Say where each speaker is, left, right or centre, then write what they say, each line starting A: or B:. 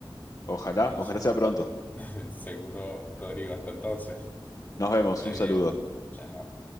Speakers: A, on the left (about 45°); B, on the left (about 20°).
A: Ojalá,
B: Entonces,
A: ojalá sea pronto.
B: <laughs> seguro, Rodrigo, hasta entonces,
A: Nos vemos,
B: que estés
A: un saludo.
B: bien. Chao.